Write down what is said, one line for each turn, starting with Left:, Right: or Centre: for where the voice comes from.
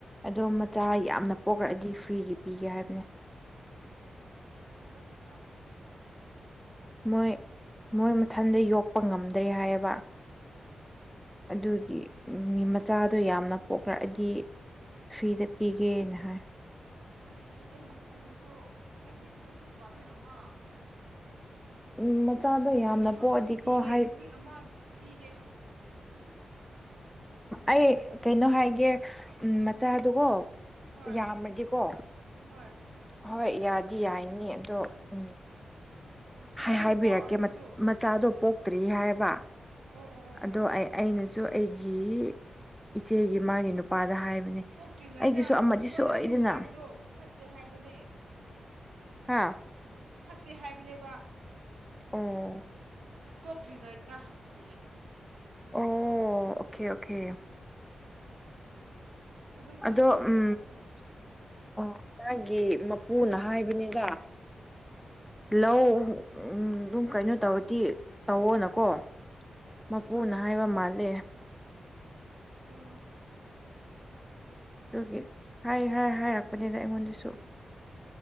Centre: ꯑꯗꯣ ꯃꯆꯥ ꯌꯥꯝꯅ ꯄꯣꯛꯂꯛꯑꯗꯤ ꯐ꯭ꯔꯤꯒꯤ ꯄꯤꯒꯦ ꯍꯥꯏꯕꯅꯦ
Right: ꯁꯨꯕ
Centre: ꯃꯣꯏ ꯃꯣꯏ ꯃꯊꯟꯗ ꯌꯣꯛꯄ ꯉꯝꯗ꯭ꯔꯦ ꯍꯥꯏꯌꯦꯕ ꯑꯗꯨꯒꯤ ꯃꯤ ꯃꯆꯥꯗꯣ ꯌꯥꯝꯅ ꯄꯣꯛꯈꯂꯛꯑꯗꯤ ꯐ꯭ꯔꯤꯗ ꯄꯤꯒꯦꯅ ꯍꯥꯏ
Right: ꯑ ꯑꯩꯒꯤꯁꯨ ꯑꯩꯗꯤ ꯑꯩꯁꯨ ꯄꯥꯝꯃꯦ ꯑꯃ
Centre: ꯎꯝ ꯃꯆꯥꯗꯣ
Right: ꯂꯤꯁꯤꯡ
Centre: ꯌꯥꯝꯅ
Right: ꯑꯃꯕꯨꯗꯤ
Centre: ꯄꯣꯛꯑꯗꯤꯀꯣ
Right: ꯄꯤꯒꯦ
Centre: ꯍꯥꯏ
Right: ꯂꯤꯁꯤꯡ ꯑꯃ ꯄꯤꯒꯦ
Centre: ꯑꯩ ꯀꯩꯅꯣ ꯍꯥꯏꯒꯦ ꯎ ꯃꯆꯥꯗꯨꯒꯣ
Right: ꯍꯣꯏ
Centre: ꯌꯥꯝꯃꯗꯤꯀꯣ
Right: ꯍꯣꯏ
Centre: ꯍꯣꯏ ꯌꯥꯗꯤ ꯌꯥꯏꯅꯤ ꯑꯗꯣ ꯎꯝ
Right: ꯑꯣ ꯍꯥꯏꯕꯤꯌꯨꯀꯣ
Centre: ꯍꯥꯏ ꯍꯥꯏꯕꯤꯔꯛꯀꯦ
Right: ꯑꯩꯒꯤꯁꯨ
Centre: ꯆꯆꯥꯗꯣ ꯄꯣꯛꯇ꯭ꯔꯤ ꯍꯥꯏꯕ
Right: ꯑꯣ ꯑꯣ ꯑꯣ ꯑꯣ
Centre: ꯑꯗꯣ
Right: ꯑꯣ
Centre: ꯑꯩ ꯑꯩꯅꯁꯨ ꯑꯩꯒꯤ ꯏꯆꯦꯒꯤ ꯃꯥꯒꯤ ꯅꯨꯄꯥꯗ ꯍꯥꯏꯕꯅꯦ
Right: ꯄꯣꯛꯇ꯭ꯔꯤꯉꯩꯗ
Centre: ꯑꯩꯒꯤꯁꯨ
Right: ꯑꯩꯈꯣꯏꯅ
Centre: ꯑꯃꯗꯤ ꯁꯣꯏꯗꯅ
Right: ꯑꯗꯨꯝ ꯍꯥꯏꯕꯗꯣ ꯐꯠꯇꯦ ꯍꯥꯏꯕꯅꯦ
Centre: ꯍꯥꯥ
Right: ꯐꯠꯇꯦ ꯍꯥꯏꯕꯅꯦꯕ
Centre: ꯑꯣ
Right: ꯄꯣꯛꯇ꯭ꯔꯤꯉꯩꯗ ꯍꯥꯏꯗꯤ
Centre: ꯑꯣ ꯑꯣꯀꯦ ꯑꯣꯀꯦ
Right: ꯑꯗꯨꯝ ꯍꯥꯏꯕ
Centre: ꯑꯗꯣ
Right: ꯌꯥꯗꯦ
Centre: ꯎ
Right: ꯍꯥꯏꯕꯗꯨ
Centre: ꯑꯣ ꯃꯥꯒꯤ ꯃꯄꯨꯅ ꯍꯥꯏꯕꯅꯤꯗ
Right: ꯑꯣ
Centre: ꯂꯧ ꯎ ꯑꯗꯨꯝ ꯀꯩꯅꯣ ꯇꯧꯔꯗꯤ ꯇꯧꯋꯣꯅꯀꯣ ꯃꯄꯨꯅ
Right: ꯑꯣ
Centre: ꯍꯥꯏꯕ ꯃꯥꯜꯂꯦ
Right: ꯍꯥ
Centre: ꯑꯗꯨꯒꯤ ꯍꯥꯏ ꯍꯥꯏ ꯍꯥꯏꯔꯛꯄꯅꯤꯗ ꯑꯩꯉꯣꯟꯗꯁꯨ